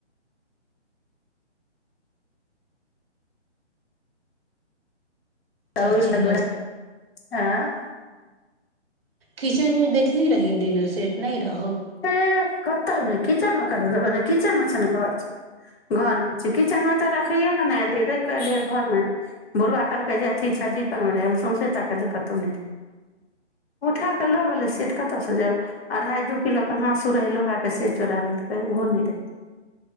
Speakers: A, on the left; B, on the right.
A: तऽ
B: च
A: ओहि
B: नर्स
A: बाल बच्चा आँय?
B: किचेन मे देखली रही दिनर सेट नहि रहो
A: करत क किचन करत त क किचन मे छै ने घर छै घरमे च किचनमे तऽ रखैयए एलियै र के एलिय घर में बुवा कहलकै जे अथी छज्जी पर में रे हम सौंसे त कहलियै कतहु रे उठा के लो गेले सेट कत से ज अढ़ाइ दू किलो कहाँ से रहै लोहाके से चोरा लेलकै ओहो नहि देल